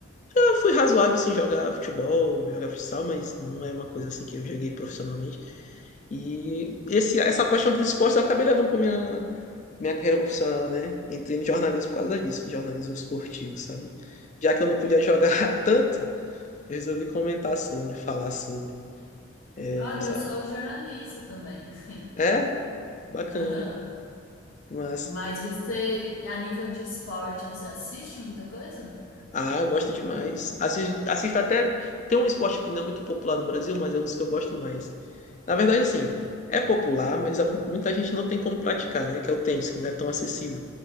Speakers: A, on the left; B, on the left.
A: Eu fui razoável assim em jogar futebol, jogar futsal, mas não é uma coisa assim que eu joguei profissionalmente. E esse, essa paixão por esporte eu acabei levando para minha minha carreira profissional, né? Entrei no jornalismo por causa disso, jornalismo esportivo, sabe? Já que eu não podia jogar <laughs> tanto, eu resolvi comentar sobre, falar sobre. Essa...
B: Olha, eu sou jornalista também. <laughs>
A: É, bacana,
B: Aham.
A: mas
B: Mas você, a nível de esporte, você assiste muita coisa?
A: Ah, eu gosto demais. Assisto, assisto até. Tem um esporte que não é muito popular no Brasil, mas é um dos que eu gosto mais. Na verdade, assim, é popular, mas há mu- muita gente não tem como praticar, né? Que é o tênis, que não é tão acessível.